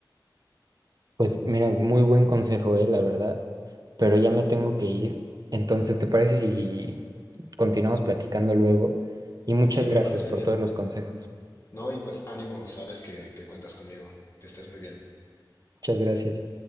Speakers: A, on the right; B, on the left.
A: Pues mira, muy buen consejo, eh, la verdad, pero ya me tengo que ir. Entonces, ¿te parece si continuamos platicando luego? Y muchas
B: Sí, me
A: gracias
B: parece
A: por
B: bien.
A: todos los consejos.
B: No, y pues ánimo, sabes que, que cuentas conmigo, que estés muy bien.
A: Muchas gracias.